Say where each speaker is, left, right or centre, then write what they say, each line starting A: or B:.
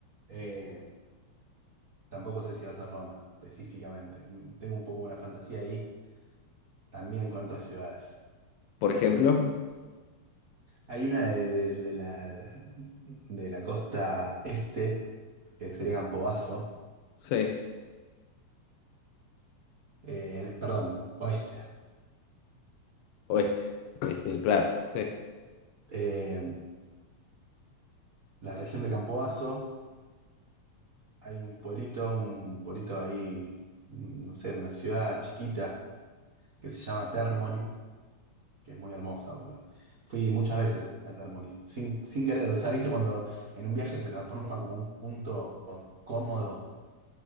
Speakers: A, on the right; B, on the left.
A: Eh, tampoco sé si vas a Roma específicamente. Mm, Tengo un poco una fantasía ahí. También con otras ciudades.
B: Por ejemplo,
A: Hay una de, de- de la, de la costa este, que sería Campobasso,
B: sí,
A: eh, perdón, oeste.
B: oeste. Este, Este, claro, sí.
A: Eh, la región de Campobasso, hay un pueblito, un pueblito ahí, mm, no sé, una ciudad chiquita que se llama Termoli, que es muy hermosa, boludo. Fui muchas veces a Termoli, sin, sin querer, o sea, viste cuando en un viaje se transforma como un punto cómodo,